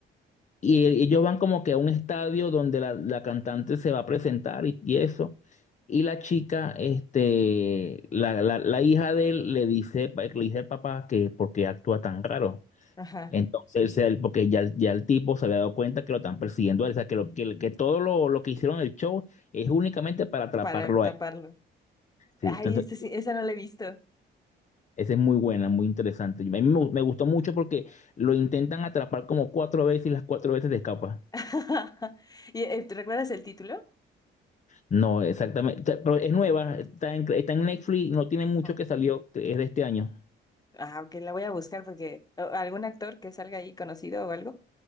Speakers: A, on the left (about 35°); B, on the left (about 20°).
A: Y ellos van como que a un estadio donde la, la cantante se va a presentar y, y eso. Y la chica, este, la, la, la hija de él le dice, pa- le dice al papá que por qué actúa tan raro.
B: Ajá.
A: Entonces, él, porque ya, ya el tipo se había dado cuenta que lo están persiguiendo a él, o sea, que, lo, que, que todo lo, lo que hicieron en el show es únicamente para atraparlo
B: para taparlo.
A: a él. Sí,
B: Ay,
A: entonces,
B: esa sí, esa no la he visto.
A: esa es muy buena, muy interesante. A mí me, me gustó mucho porque lo intentan atrapar como cuatro veces y las cuatro veces se escapa.
B: <laughs> ¿Y, eh, ¿te recuerdas el título?
A: No, exactamente. Te- Pero es nueva, está en, está en Netflix, no tiene mucho
B: No.
A: que salió, que es de este año.
B: Ah, aunque la voy a buscar porque o- algún actor que salga ahí conocido o algo.